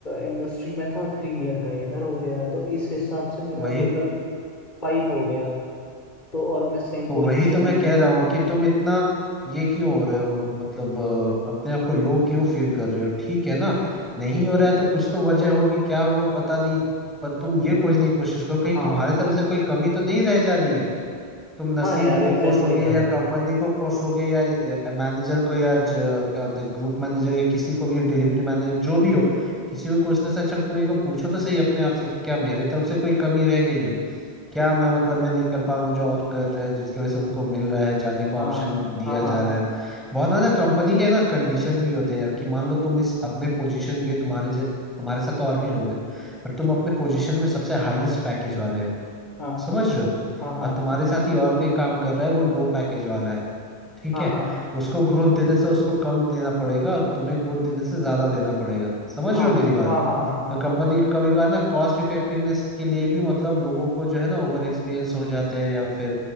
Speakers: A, on the left (about 45°); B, in the centre.
A: इंडस्ट्री में था थ्री ईयर का इधर हो गया है तो इस हिसाब से मेरा
B: वही
A: टोटल फाइव हो गया तो और मैं सेम
B: तो
A: पोजीशन
B: वही तो मैं
A: में
B: कह रहा हूँ कि तुम इतना ये क्यों हो रहे हो मतलब अ, अपने आप को लो क्यों फील कर रहे हो ठीक है ना नहीं हो रहा है तो कुछ तो वजह होगी क्या हुआ पता नहीं पर तुम ये खोजने की कोशिश करो कहीं
A: हाँ
B: तुम्हारे
A: हाँ
B: तरफ से कोई कमी तो नहीं रह जा रही है तुम नसीब
A: हाँ यार
B: को
A: एग्जैक्टली
B: कोसोगे
A: भाई
B: या कंपनी को कोसोगे या मैनेजर को या ज, क्या बोलते हैं ग्रुप मैनेजर या किसी को भी डिलीवरी मैनेजर जो भी हो किसी को कोसने से अच्छा तुम एक बार पूछो तो सही अपने आप से कि क्या मेरे तरफ से कोई कमी रह गई है क्या मैं मतलब मैं नहीं कर पा रहा हूँ जो और कर रहे हैं जिसकी वजह से उनको मिल रहा है जाने का
A: हाँ
B: ऑप्शन दिया
A: हाँ हाँ
B: जा रहा है बहुत ज्यादा कंपनी के ना कंडीशंस भी होते हैं यार कि मान लो तुम इस अपने पोजीशन पे तुम्हारे ज- तुम्हारे साथ तो और भी लोग हैं पर तुम अपने पोजीशन में सबसे हाईएस्ट पैकेज वाले हो
A: हाँ
B: समझ रहे हो
A: हाँ हाँ
B: और तुम्हारे साथ ही और कोई काम कर रहा है वो लो पैकेज वाला है ठीक
A: हाँ
B: है
A: हाँ हाँ
B: उसको ग्रोथ देने से उसको कम देना पड़ेगा और तुम्हें ग्रोथ देने से ज्यादा देना पड़ेगा समझ
A: हाँ
B: रहे हो मेरी बात
A: हाँ हाँ हाँ हाँ
B: तो कंपनी कभी कभार ना कॉस्ट इफेक्टिवनेस के लिए भी मतलब लोगों को जो है ना ओवर एक्सपीरियंस हो जाते हैं या फिर